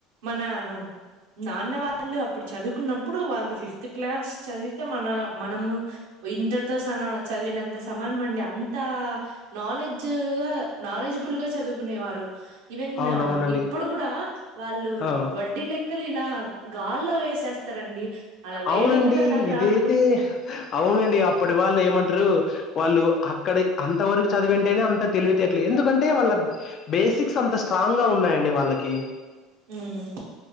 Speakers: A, on the right; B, on the left.
A: మన నాన్న వాళ్ళు అప్పుడు చదువుకున్నప్పుడు వాళ్ళు ఫిఫ్త్ క్లాస్ చదివితే మన మనము ఇంటర్ తో చదివినంత స సమానం అండి అ అంత నాలెడ్జ్గా, నాలెడ్జిబుల్ గా చదువు కునేవారు ఈవెన్
B: అవునవునండి
A: ఆ ఇ ఇప్పుడు గూడా వాళ్ళు
B: ఆ
A: వడ్డీ లెక్కలు ఇలా గాల్లో వేసేస్తారండి. అలా వేయడం
B: అవునండి
A: కూడా నాకు
B: ఇదైతే
A: రాదు
B: అవునండి అప్పటి వాళ్ళు ఏమంటారు వాళ్ళు అక్కడ అంత వరకు చదివింటేనే అంత తెలివితేటలే ఎందుకంటే వాళ్ళ బేసిక్ అంత స్ట్రాంగ్ గా ఉన్నాయండి వాళ్ళకి.
A: ఉమ్